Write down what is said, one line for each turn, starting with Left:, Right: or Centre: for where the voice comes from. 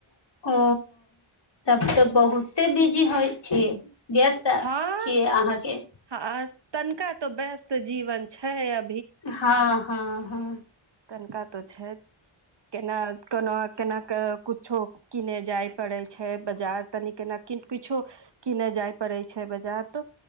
Left: ओ तब तऽ बहुत एते बिजी होइ छियै व्यस्त
Right: हँ
Left: छियै आहाँके
Right: हँ तनिका तो व्यस्त जीवन छै आ
Left: हँ हँ हँ
Right: तनिका तो छै केना कोना केना क कुछो किने जाय पडै छै बजार तनी केना किछो किने जाय पड़े छै बाजार तो